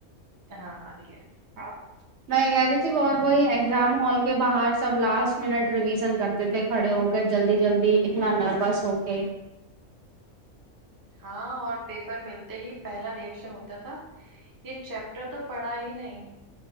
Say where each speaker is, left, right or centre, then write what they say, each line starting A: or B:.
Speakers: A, on the right; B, on the right.
A: ہاں آ رہی ہے
B: آ میں کہہ رہی تھی اور وہی ایگزام ہال کے باہر سب لاسٹ منٹ ریویژن کرتے تھے کھڑے ہو کر جلدی جلدی اتنا نروس ہو کے
A: ہاں اور پیپر ملتے ہی پہلا ری ایکشن ہوتا تھا یہ چیپٹر تو پڑھا ہی نہیں